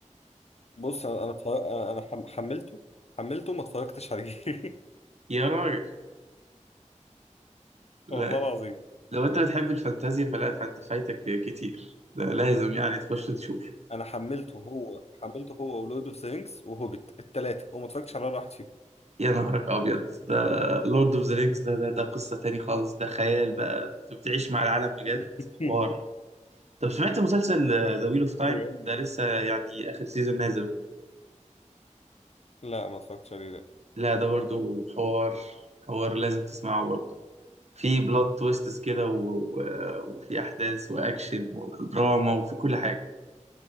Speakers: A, on the left; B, on the right.
A: بص انا انا اتفرج- انا حم- حملته حملته ما اتفرجتش عليه <laughs>
B: يا راجل لا
A: والله العظيم
B: لو انت بتحب الفانتازيا فلا فانت فايتك كتير ده لازم يعني تخش تشوف
A: انا حملته هو حملته هو ولورد اوف ذا رينجز وهوبيت الثلاثه وما اتفرجتش على ولا واحد فيهم
B: يا نهارك ابيض ده لورد اوف ذا رينجز ده ده ده قصة تاني خالص ده خيال بقى انت بتعيش مع العالم بجد
A: <laughs>
B: حوار طب سمعت مسلسل ذا ويل اوف تايم
A: بجد؟
B: ده لسه يعني اخر سيزون نازل
A: لا ما اتفرجتش عليه ده
B: لا ده برضو حوار حوار لازم تسمعه برضو في بلوت تويستس كده و... و... وفي احداث واكشن ودراما وفي كل حاجة